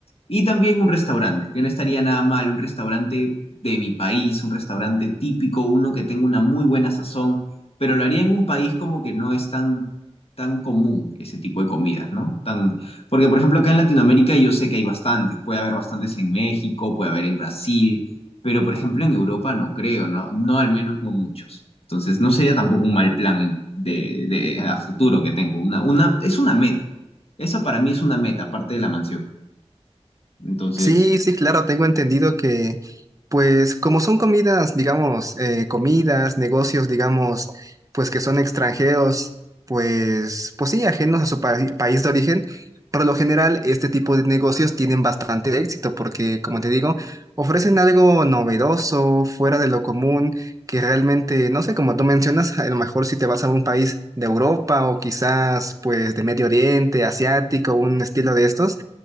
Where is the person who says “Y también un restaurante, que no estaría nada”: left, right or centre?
Left